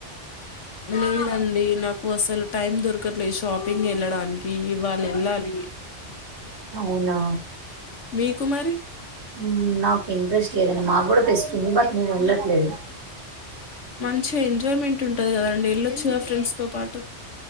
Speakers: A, on the left; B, on the right.
A: మీదండి నాకు వ అసలు టైమ్ ద అక్కట్లో షాపింగ్ వెళ్ళడానికి వాళ్ళ వెళ్ళాలి
B: అవునా
A: మీ కుమారి
B: మ్మ్, నాకు ఇంట్రెస్ట్ లేదండి మాకు కూడా ఫెస్ట్ ఉంది బట్ నేను వెళ్ళట్లేదు
A: మంచి ఎంజాయ్మెంట్ ఉంటంది కదండి వెళ్ళొచ్చు ఫ్రెండ్స్ తో పాటు